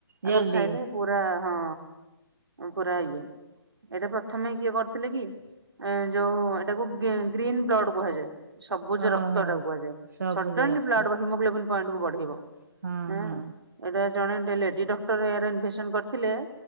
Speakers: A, on the right (about 45°); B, on the right (about 70°).
A: ଜଲ୍ଦି
B: ଆକୁ ଖାଇଲେ ପୁରା ହଁ ପୁରା ଇଏ ଏଇଟା ପ୍ରଥମେ କିଏ କରିଥିଲେ କି? ଏ ଯୋଉ ଏଟାକୁ ଗ୍ରୀନ୍ ବ୍ଲଡ଼ କୁହାଯାଏ। ସବୁଜ
A: ଓହୋ
B: ରକ୍ତ ଏଟାକୁ କୁହାଯାଏ
A: ସବୁଜ
B: ସଡନଲି
A: ରକ୍ତ
B: ବ୍ଲଡ଼ ହିମୋଗ୍ଲୋବିନ୍ ପଏଣ୍ଟ କୁ ବଢେଇବ।
A: ହଁ
B: ଏଇଟା
A: ହଁ
B: ଜଣେ ଲେଡି ଡକ୍ଟର ୟାର ଇନଭେନସନ କରିଥିଲେ।